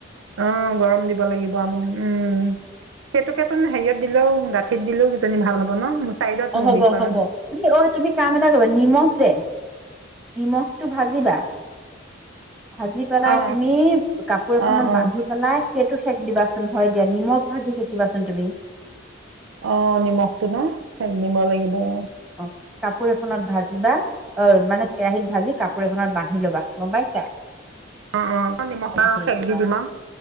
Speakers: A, on the right; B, in the centre.
A: অ', গৰম দিব লাগিব উম, সেইটোকে ও হেৰিয়াত দিলেওঁ গাঁঠিত দিলেওঁ কিজানি ভাল হব ন? চাইডত
B: অ',
A: মোৰ
B: হ'ব,
A: বিষ হয়
B: হ'ব
A: মানে
B: তুমি অ', তুমি কাম এটা কৰিবা নিমখ যে নিমখটো ভাজিবা। ভাজি পেলাই
A: অ
B: তুমি কাপোৰ এখনত
A: অ অ অ
B: বান্ধি পেলাই সেইটো শেক দিবাচোন হয় দিয়া নিমখ ভাজি শেকিবাচোন তুমি
A: অ নিমখটো ন সেক দিব লাগিব অ
B: অ কাপোৰ এখনত ভাজিবা অ মানে কেৰাহীত ভাজি কাপোৰ এখনত বান্ধি লবা গম পাইছা
A: অ অ নিমখ
B: হেৰি
A: সেক
B: কৰিবা
A: দি দিম আও